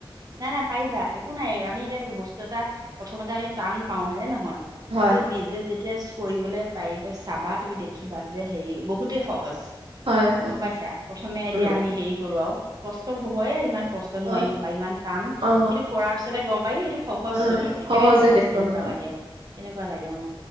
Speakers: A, on the right; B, on the right.
A: নাই নাই পাৰিবা একো নাই আমি এতিয়া বস্তু এটা প্ৰথমতে আমি টান পাওঁ হয় নে নহয় কিন্তু
B: হয়
A: নিজে যেতিয়া কৰিবলে পাৰিবা চাবা তুমি দেখিবা যে হেৰি বহুতেই সহ হৈছ
B: হয় হয়
A: গম পাইছা প্ৰথমে এতিয়া
B: উম উম
A: আমি হেৰি কৰোৱাও কষ্ট হবই ইমান। কষ্ট নোৱাৰিম
B: অ
A: বা ইমান টান কিন্তু
B: অ
A: কৰাৰ পিছতে গম পায় এইটো সহজ
B: অ
A: চোন একেবাৰেই
B: সহজে
A: সহজ
B: দেখোন
A: তেনেকুৱা
B: অ
A: লাগে। তেনেকুৱা লাগে অ'